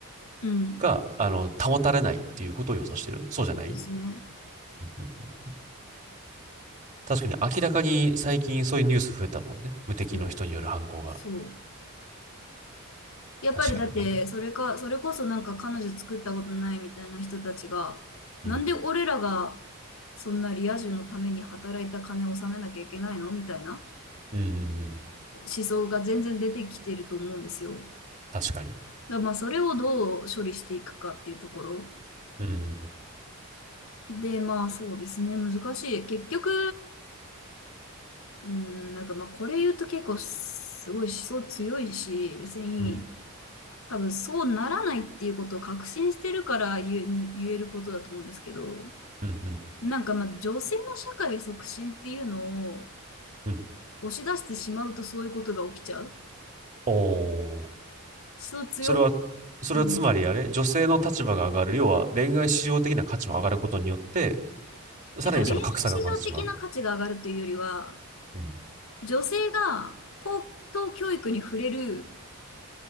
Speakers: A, on the left; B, on the right.
A: うん。
B: が、あの、保たれないっていうことを予想してるそうじゃない
A: そうですね。
B: <laughs> 確かに明らかに最近そういうニュース増えたもんね。無敵の人による犯行が。
A: そう。そう。やっぱりだって、
B: 確かにな。
A: それか、それこそなんか彼女作ったことないみたいな人たちが、
B: うん。
A: なんで俺らがそんなリア充のために働いた金を納めなきゃいけないのみたいな
B: うんうんうん。
A: 思想が全然出てきてると思うんですよ。
B: 確かに。
A: だまあ、それをどう処理していくかっていうところ。
B: うん。
A: で、まあ、そうですね。難しい。結局、うん、なんかまあ、これ言うと結構すごい思想強いし、別に
B: うん。
A: 多分そうならないっていうことを確信してるから言え、言えることだと思うんですけど、
B: うん。うん。
A: なんかまあ、女性の社会促進っていうのを
B: うん
A: 押し出してしまうとそういうことが起きちゃう。思
B: おー。
A: 想強。
B: それは、それはつまりあれ女性の立場が上がる。
A: うん。
B: 要は恋愛市場的な価値も上がることによって、さらにその格差が生まれてしまう。
A: てか、恋愛市上的な価値が上がるというよりは、
B: うん。
A: 女性が高等教育に触れる